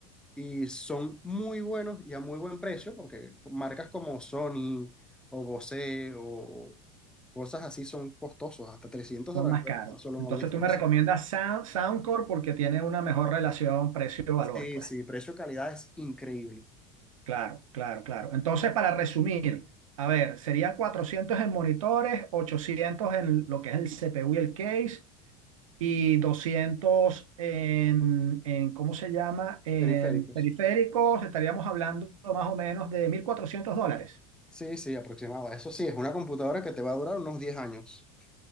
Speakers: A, in the centre; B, on the right.
A: y son muy buenos y a muy buen precio, porque marcas como Sony o Bose o cosas así son costosos, hasta 300
B: son
A: dólares
B: más
A: puede
B: caros.
A: costar solo
B: Entonces
A: un audífono,
B: tú me recomiendas
A: sí.
B: Sound, Soundcore porque tiene una mejor relación precio-valor,
A: Sí,
B: pues.
A: sí, precio-calidad es increíble.
B: Claro, claro, claro. Entonces, para resumir, a ver, serían 400 en monitores, 800 en lo que es el CPU y el case, y 200 en, en ¿cómo se llama? En
A: Periféricos.
B: periféricos, estaríamos hablando más o menos de 1.400 dólares.
A: Sí, sí, aproximado. Eso sí, es una computadora que te va a durar unos 10 años,